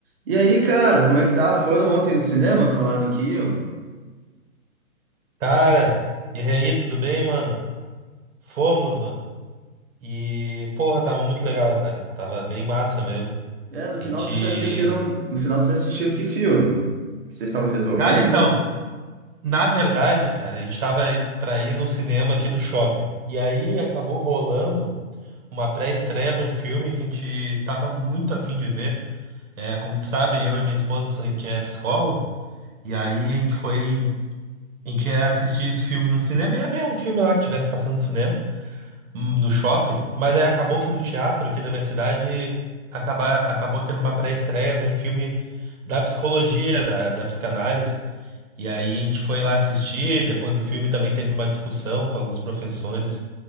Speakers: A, on the right; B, on the right.
A: E aí, cara, como é que tá? Foram ontem no cinema? Falaram que iam?
B: Cara, e aí, tudo bem, mano? Fomos, mano. E, porra, tava muito legal, cara. Tava bem massa mesmo.
A: É, no final
B: A gente.
A: vocês assistiram. No final vocês assistiram que filme? Que vocês estavam resolvendo,
B: Cara, então,
A: né?
B: na verdade, cara, a gente tava pra ir no cinema aqui do shopping. E aí acabou rolando uma pré-estreia de um filme que a gente tava muito afim de ver. É, como tu sabe, eu e minha esposa, a gente é psicólogo. E aí a gente foi. A gente ia assistir esse filme no cinema, ia ver um filme lá que tivesse passando no cinema. no shopping, mas aí acabou que no teatro aqui da minha cidade acabar, acabou tendo uma pré-estreia de um filme da psicologia, da, da psicanálise. E aí a gente foi lá assistir, depois do filme também teve uma discussão com alguns professores